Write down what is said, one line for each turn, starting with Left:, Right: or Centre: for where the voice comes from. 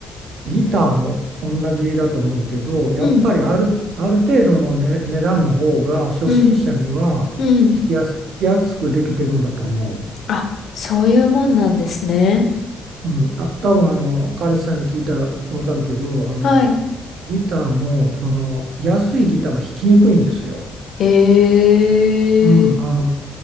Right: ギターも同じだと思うけど、やっぱりある、
Left: うん。
Right: ある程度の、ね、値段の方が初心者には弾きやす、
Left: うん。うん。
Right: 弾きやすくできてるんだと思
Left: あ、そういうもんなんですね。
Right: う。うん、あ、多分あの彼氏さんに聞いたらわかるけど、あのギターもその安いギターは弾きにくいんですよ。
Left: はい。へえ。
Right: うん、あの